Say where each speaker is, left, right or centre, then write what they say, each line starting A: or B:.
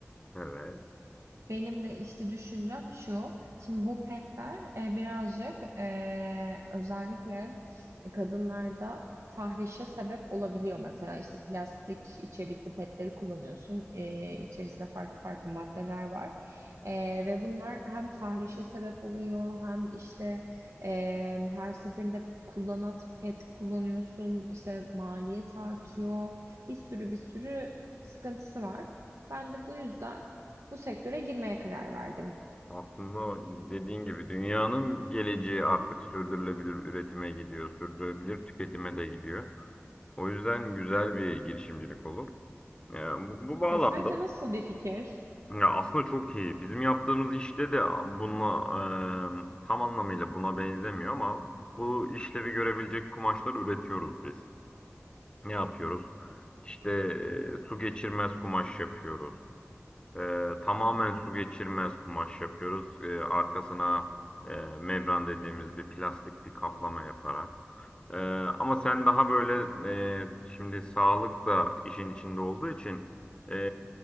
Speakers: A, on the left; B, on the right.
A: Evet.
B: Benim de işte düşüncem şu. Şimdi bu petler e, birazcık e, özellikle kadınlarda tahrişe sebep olabiliyor. Mesela işte plastik içerikli petleri kullanıyorsun. E, içerisinde farklı farklı maddeler var. E, ve bunlar hem tahrişe sebep oluyor hem işte e, her seferinde kullanat pet kullanıyorsun. İşte maliyet artıyor. Bir sürü bir sürü sıkıntısı var. Ben de bu yüzden bu sektöre girmeye karar verdim.
A: Aslında dediğin gibi dünyanın geleceği artık sürdürülebilir üretime gidiyor, sürdürülebilir tüketime de gidiyor. O yüzden güzel bir girişimcilik olur. Yani bu, bu bağlamda
B: Ya sence nasıl bir fikir?
A: Ya aslında çok iyi. Bizim yaptığımız işte de buna eee, tam anlamıyla buna benzemiyor ama bu işlevi görebilecek kumaşlar üretiyoruz biz. Ne yapıyoruz? İşte eee, su geçirmez kumaş yapıyoruz. Ee, tamamen su geçirmez kumaş yapıyoruz. Ee, arkasına e, membran dediğimiz bir plastik bir kaplama yaparak. Ee, ama sen daha böyle e, şimdi sağlık da işin içinde olduğu için e,